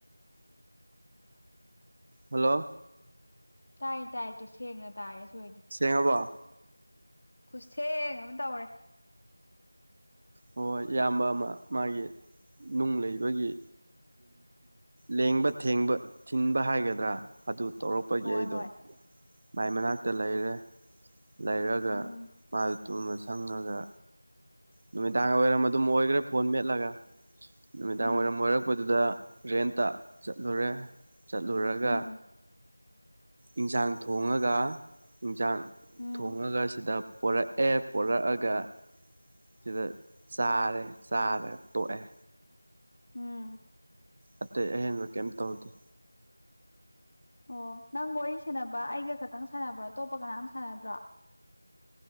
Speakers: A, on the right; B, on the left.
A: ꯍꯜꯂꯣ
B: ꯇꯥꯏ ꯇꯥꯏꯌꯦ ꯇꯨ ꯁꯦꯡꯅ ꯇꯥꯔꯦ ꯁꯤ ꯑꯣꯏꯗꯤ
A: ꯁꯦꯡꯉꯕꯣ
B: ꯈꯨꯠꯊꯦꯡ ꯑꯃ ꯇꯧꯔꯦ
A: ꯍꯣꯏꯣꯏ ꯏꯌꯥꯝꯕ ꯑꯃ ꯃꯥꯒꯤ ꯅꯨꯡ ꯂꯩꯕꯒꯤ ꯂꯦꯡꯕꯕ ꯊꯤꯟꯕ ꯍꯥꯏꯒꯗ꯭ꯔꯥ ꯑꯗꯨ ꯇꯧꯔꯛ ꯄꯒꯤ
B: ꯍꯣꯏ
A: ꯑꯩꯗꯣ
B: ꯍꯣꯏ
A: ꯃꯥꯏ ꯃꯅꯥꯛꯇ ꯂꯩꯔꯦ ꯂꯩꯔꯒ
B: ꯎꯝ
A: ꯃꯥ ꯇꯨꯝꯃ ꯁꯪꯉꯒ ꯅꯨꯃꯤꯗꯥꯡ ꯋꯥꯏꯔꯝ ꯑꯗꯨꯝ ꯑꯣꯏꯈ꯭ꯔꯦ ꯐꯣꯟ ꯃꯦꯠꯂꯒ ꯅꯨꯃꯤꯗꯥꯡ
B: ꯎꯝ
A: ꯋꯥꯏꯔꯝ ꯑꯣꯏꯔꯛꯄꯗꯨꯗ ꯔꯦꯟꯇ ꯆꯠꯂꯨꯔꯦ ꯆꯠꯂꯨꯔꯒ
B: ꯎꯝ
A: ꯏꯟꯁꯥꯡ ꯊꯣꯡꯉꯒ ꯏꯟꯁꯥꯡ
B: ꯎꯝ
A: ꯊꯣꯡꯉꯒ ꯁꯤꯗ ꯄꯣꯔꯛꯑꯦ ꯄꯣꯔꯛꯑꯒ ꯁꯤꯗ ꯆꯥꯔꯦ ꯆꯥꯔꯦ ꯇꯣꯛꯑꯦ
B: ꯎꯝ
A: ꯑꯇꯩ ꯑꯍꯦꯟꯕ ꯀꯩꯝ ꯇꯧꯗꯦ
B: ꯑꯣ ꯅꯪ ꯋꯥꯔꯤ ꯁꯥꯟꯅꯕ ꯑꯩꯒ ꯈꯛꯇꯪ ꯁꯥꯟꯅꯕ꯭ꯔꯣ ꯑꯇꯣꯞꯄ ꯀꯅꯥꯝ ꯁꯥꯟꯅꯗ꯭ꯔꯣ